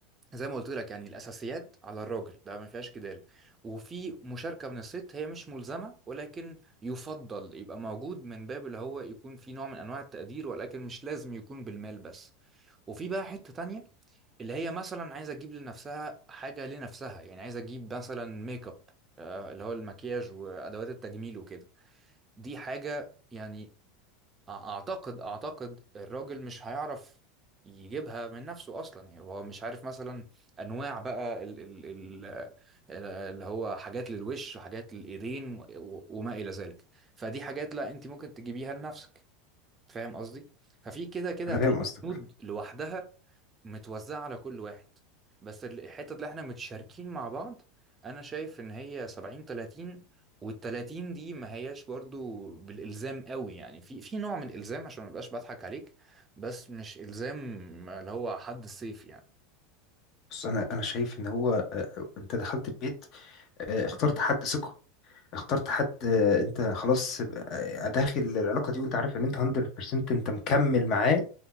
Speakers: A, on the right; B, on the left.
A: زي ما قلت لك يعني الاساسيات على الراجل ده ما فيهاش جدال وفي مشاركه من الست هي مش ملزمه ولكن يفضل يبقى موجود من باب اللي هو يكون في نوع من انواع التقدير ولكن مش لازم يكون بالمال بس وفي بقى حته تانية اللي هي مثلا عايزه تجيب لنفسها حاجه لنفسها يعني عايزه تجيب مثلا ميك اب آه، اللي هو المكياج وادوات التجميل وكده دي حاجه يعني اعتقد اعتقد الراجل مش هيعرف يجيبها من نفسه اصلا يعني هو مش عارف مثلا انواع بقى ال ال ال ال- اللي هو حاجات للوش وحاجات للايدين و- وما الى ذلك فدي حاجات لا انت ممكن تجيبيها لنفسك فاهم قصدي ففي كده كده
B: انا
A: هتلاقي
B: فاهم قصدك
A: الكنود لوحدها متوزعة على كل واحد بس ال- الحتة اللي احنا متشاركين مع بعض انا شايف ان هي 70 30 وال30 دي ما هياش برضو بالالزام قوي يعني في في نوع من الالزام عشان ما ابقاش بضحك عليك بس مش الزام اللي هو حد السيف يعني
B: بص انا انا شايف ان هو آه، انت دخلت البيت آه، اخترت حد ثقه اخترت حد آه، انت خلاص آه، داخل العلاقه دي وانت عارف ان انت 100% انت مكمل معاه